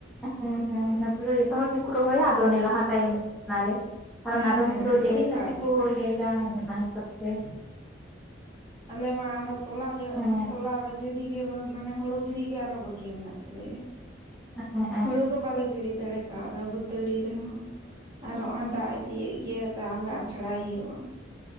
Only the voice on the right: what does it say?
ᱦᱮᱸ
ᱦᱮᱸ ᱦᱮᱸ
ᱚᱱᱠᱟ
ᱜᱮ
ᱟᱞᱮ ᱢᱟ ᱟᱨᱚ ᱛᱚᱞᱟ ᱜᱮ
ᱛᱚᱞᱟ ᱨᱮᱼᱼ ᱜᱟᱺᱰᱤ ᱜᱮ ᱢᱟᱱᱮ ᱦᱩᱲᱩ ᱜᱤᱰᱤᱜᱮ ᱟᱨᱦᱚᱸ ᱵᱟᱹᱠᱤ ᱢᱮᱱᱟᱜ ᱛᱟᱞᱮᱭᱟ ᱾
ᱦᱩᱲᱩ ᱠᱚ ᱵᱟᱞᱮ ᱜᱤᱰᱤ ᱫᱟᱲᱮ ᱠᱟᱣᱫᱟ ᱵᱷᱟᱹᱛᱟᱹᱲᱤ ᱨᱮᱦᱚᱸ ᱾ ᱟᱨ ᱦᱚᱜᱼᱚᱭ ᱫᱟᱜ ᱤᱫᱤᱭᱮᱫ ᱜᱮ ᱛᱟᱦᱞᱮ ᱟᱪᱷᱟᱲᱟ ᱦᱩᱭᱩᱜᱼᱟ ᱾